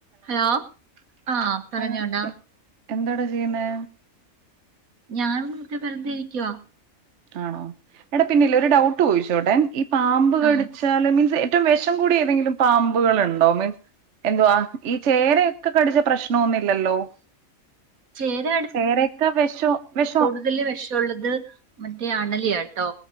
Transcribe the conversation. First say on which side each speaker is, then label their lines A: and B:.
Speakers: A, on the right; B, on the right.
A: Hello ആഹ് പറഞ്ഞോണ്ടാ
B: ആ, എ- എന്താടാ ചെയ്യുന്നേ
A: ഞാൻ ഇവിടെ വെറുതെ ഇരിക്കുവാ
B: ആണോ എടാ പിന്നെല്ലെ ഒരു ഡൗട്ട് ചോയിച്ചോട്ടെ ഈ പാമ്പ് കടിച്ച്
A: ആ
B: ച്ചാൽ മീൻസ് ഏറ്റവും വിഷം കൂടിയ ഏതെലും പാമ്പുകൾ ഉണ്ടോ മീൻസ് എന്തുവാ ഈ ചേരയൊ യൊക്കെ കടിച്ച പ്രശ്നൊന്നില്ലല്ലോ
A: ചേര
B: ചേരൊക്കെ വെശോ വെശോ
A: വല്ല്യേ വെശുള്ളത് മറ്റേ അണലിയാട്ടോ